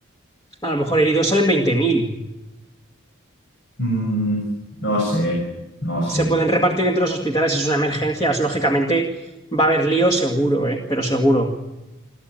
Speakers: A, on the left; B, on the left.
A: a lo mejor heridos salen veinte mil,
B: Mm, no sé, no sé.
A: Se pueden repartir entre los hospitales, es una emergencia. es- Lógicamente va a haber lío seguro, ¿eh? Pero seguro.